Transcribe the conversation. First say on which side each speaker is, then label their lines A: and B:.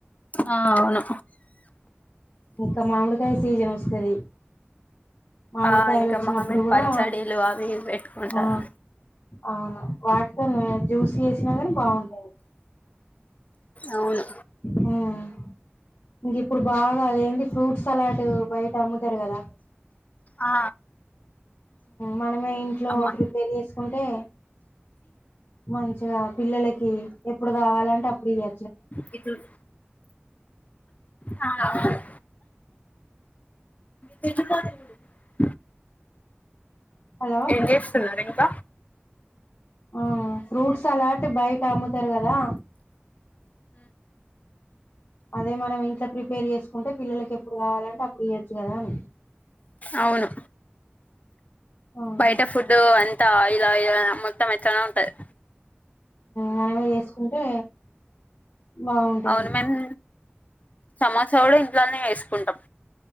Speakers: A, on the left (about 35°); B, on the left (about 60°).
A: ఆ అవును
B: ఇంకా మామిడికాయ సీజన్ వస్తది మామిడికాయలు
A: ఆ ఇంకా
B: వచ్చినప్పుడు
A: మామిడి
B: కూడా
A: పచ్చడిలు అవి ఇవి పెట్టుకుంటారు
B: ఆ అవును వాటితోని జ్యూస్ చేేసినా కాని బాగుంటది
A: అవును
B: హుమ్ ఇంక్ ఇప్పుడు బాగా అదేంది ఫ్రూట్ సలాడ్ బయట అమ్ముతారు కదా
A: ఆ
B: మనమే ఇంట్లో
A: అమ్మా
B: ప్రిపేర్ చేసుకుంటే మంచిగా పిల్లలకి ఎప్పుడు కావాలంటే అప్పుడు ఇయ్య
A: <unintelligible> ఆ ఇ <unintelligible>
B: హలో
A: ఏం చేస్తున్నారే త్త
B: ఆ ఫ్రూట్స్ సలాట్ బయట అమ్ముతరు కదా అదే మనం ఇంట్లో ప్రిపేర్ చేసుకుంటే పిల్లల కి ఎప్పుడు కావాలంటే అప్పుడు ఇయ్యచ్చు కదా అని
A: అవును
B: ఆ
A: బయట ఫుడ్ అంత ంత లా మొత్తం ఎట్లనో ఉంటది
B: మనమే చేసుకుంటే బాగుంటది
A: అవును మేమ్ సమోస కుడా ఇం ట్లానే చేసుకుంటాం